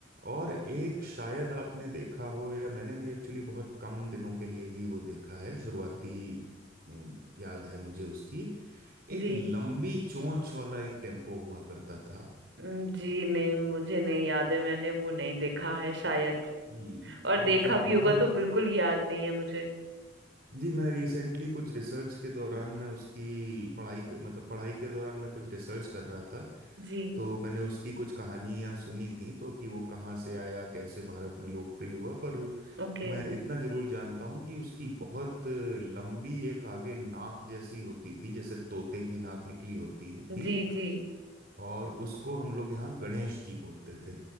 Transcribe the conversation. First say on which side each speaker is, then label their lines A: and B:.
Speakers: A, on the right (about 50°); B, on the right (about 65°).
A: और एक शायद आपने देखा हो या मैंने भी एक्चुअली बहुत कम दिनों के लिए ही वो देखा है शुरुआती अ, याद है मुझे उसकी एक
B: जी
A: लंबी चोंच वाला एक टेम्पो हुआ करता था
B: हम्म, जी नहीं मुझे नहीं याद है मैंने वो नहीं देखा है शायद
A: जी
B: और देखा
A: और वो
B: भी
A: बहुत
B: होगा तो बिल्कुल याद नहीं है मुझे
A: जी मैं रिसेंटली कुछ रिसर्च के दौरान मैं उसकी पढ़ाई मतलब पढ़ाई के दौरान मैं कुछ रिसर्च कर रहा था
B: जी
A: तो मैंने उसकी कुछ कहानियां सुनी थी तो कि वो कहाँ से आया कैसे भारत में लोकप्रिय हुआ पर
B: ओके
A: मैं इतना जरूर जानता हूँ कि उसकी बहुत लंबी एक आगे नाक जैसी होती थी जैसे तोते की नाक निकली होती थी
B: जी जी
A: और उसको हम लोग यहाँ गणेश जी बोलते थे